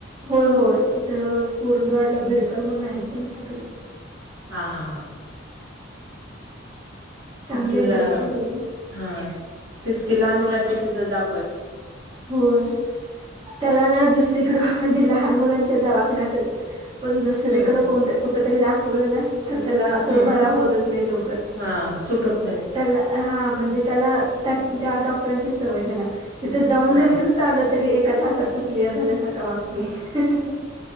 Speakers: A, on the right; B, on the right.
A: होय होय तर कुरंदवाडला बिडकर म्हण आहेत त्यांच्याकड
B: हा हा हा.
A: चांगले
B: इ
A: आहेत डॉक्टर ते पण
B: हा तेच कि लहान मुलांच्या तिथं जा
A: होय त्याला ना दुस दरीकड <unintelligible> म्हणजे लहान मुलांच्या दवाखान्याच पण दुसरीकडण
B: हम्म
A: कुठ तरी दा. खोलू ना तर त्याला तो
B: हम्म
A: भरा होतच नाही लवकर
B: हा सूट होत नाही
A: टल ह म्हणजे त्याला त्या डॉक्टरांची सवय झाला तिथ जाऊ
B: हा.
A: जरी न चाललं तरी एका तासात तो क्लिअर झाल्यासारखा वागतोय हाहा..